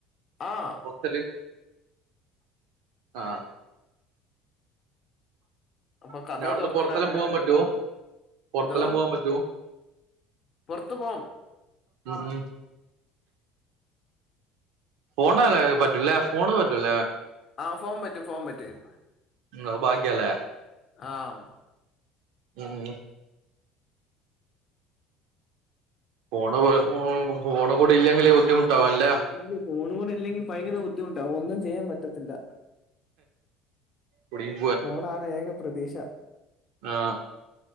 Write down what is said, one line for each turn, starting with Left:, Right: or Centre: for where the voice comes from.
Left: ആഹ്
Right: വിക്കല് ആഹ്
Left: അപ്പൊ കതക്
Right: പിന്നെ അവിടുന്ന്
Left: തുറന്നിടാനും
Right: പുറത്തെല്ലാം
Left: പറ്റത്തില്ല
Right: പോവാൻ പറ്റുവോ പുറത്തെല്ലാം
Left: എന്തോ
Right: പോവാൻ പറ്റുവോ
Left: പുറത്തു പോവും
Right: ഉം ഉം ഫോണല്ല പറ്റൂലേ ഫോണ് പറ്റൂല
Left: ആഹ് ഫോൺ പറ്റും ഫോൺ പറ്റും
Right: ന്തോ ഭാഗ്യലെ
Left: ആഹ്
Right: ഉം ഉം ഫോണ് ഫോണ് കൂടി ഇല്ലെങ്കില് ബുദ്ധിമുട്ടാവുലെ
Left: അയ്യോ ഫോൺ കൂടെ ഇല്ലെങ്കിൽ ഭയങ്കര ബുദ്ധിമുട്ടാകും ഒന്നും ചെയ്യാൻ പറ്റത്തില്ല
Right: കുടുങ്ങി
Left: ഫോണാണ് ഏക പ്രതീക്ഷ
Right: ആഹ്‌